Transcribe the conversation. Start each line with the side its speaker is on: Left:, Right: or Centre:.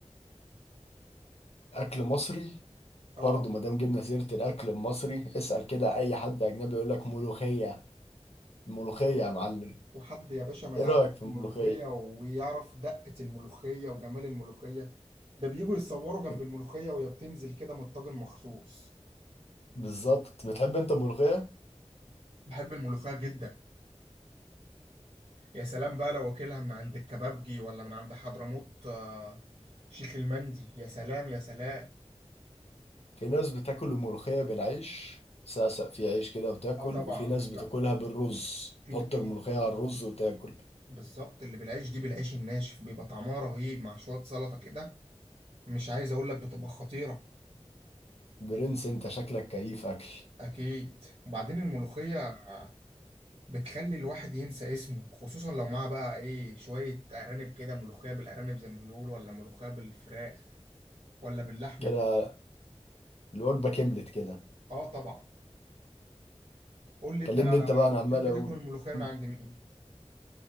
Left: أكل مصري
Right: اه
Left: برضه ما دام جبنا سيرة الأكل المصري اسأل كده أي حد أجنبي يقول لك ملوخية ملوخية يا معلم
Right: وحد يا باشا ما
Left: إيه
Right: يعرفش
Left: رأيك في
Right: الملوخيه
Left: الملوخية؟
Right: ويعرف دقه الملوخيه وجمال الملوخيه ده بيجوا يتصوروا جنب
Left: بت-
Right: الملوخيه وهي بتنزل كده من الطاجن مخصوص
Left: بالظبط بتحب أنت الملوخية؟
Right: بحب الملوخيه جدا يا سلام بقى لو واكلها من عند الكبابجي ولا من عند حضرموت آه، شيخ المندي يا سلام يا سلام
Left: في ناس بتاكل الملوخية بالعيش سقسق في عيش كده وتاكل
Right: اه طبعا
Left: وفي ناس
Right: هي
Left: بتاكلها بالرز
Right: في
Left: تحط
Right: ن- إيه،
Left: الملوخية على الرز وتاكل
Right: بالظبط اللي بالعيش دي بالعيش الناشف بيبقى طعمها رهيب مع شوية سلطة كده مش عايز اقول لك بتبقى خطيرة
Left: برنس أنت شكلك كيف أكل
Right: اكيد وبعدين الملوخية آه، بتخلي الواحد ينسى اسمه خصوصا لو معاه بقى ايه شوية ارانب كده ملوخية بالارانب زي ما بيقولوا ولا ملوخية بالفراخ ولا باللحمة
Left: كده
Right: كده
Left: الوجبة كملت كده
Right: اه طبعا قول لي انت
Left: كلمني انت بقى انا
Right: بتحب
Left: عمال اقول
Right: تاكل الملوخية من
Left: مم.
Right: عند مين